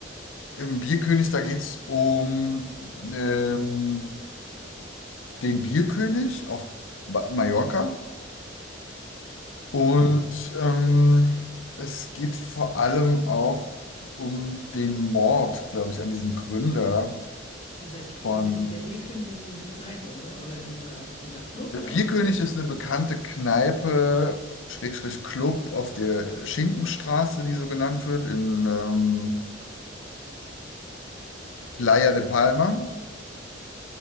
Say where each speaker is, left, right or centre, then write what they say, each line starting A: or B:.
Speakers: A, on the left; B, on the left.
A: Im Bierkönig, da geht es um ähm, den Bierkönig auf Ba- Mallorca. Und ähm, es geht vor allem auch um den Mord, glaube ich, an diesem Gründer
B: Dieser, K-
A: von
B: diese, K- der B-König ist diese Kneipe, oder? Oder dieser, dieser Club
A: Der
B: oder
A: Bierkönig
B: was das ist?
A: ist eine bekannte Kneipe, Schrägstrich Club auf der Schinkenstraße, die so genannt wird, in ähm, Playa de Palma,